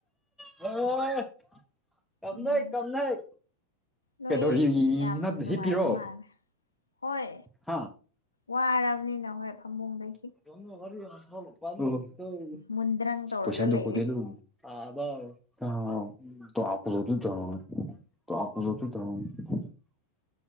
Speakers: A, in the centre; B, on the left.
A: ꯍꯣꯏ ꯀꯞꯅꯩ
B: ꯎꯝ
A: ꯀꯞꯅꯩ
B: ꯅꯣꯏ
A: ꯀꯩꯗꯧꯔꯤ
B: ꯌꯥꯝ
A: ꯅ
B: ꯅꯨꯡꯉꯥꯏꯕ
A: ꯍꯤꯞꯄꯤꯔꯣ
B: ꯃꯥꯜꯂꯦ ꯍꯣꯏ
A: ꯍꯥ
B: ꯋꯥꯔꯕꯅꯤꯅ ꯍꯣꯏ ꯐꯃꯨꯡꯗꯒꯤꯩ
A: ꯄꯁꯗ ꯀꯣꯗꯕ
B: ꯃꯨꯟꯗ꯭ꯔꯪ ꯇꯧꯔꯒ ꯂꯩꯔꯦ
A: ꯗꯨ ꯊꯂꯗꯨ ꯊ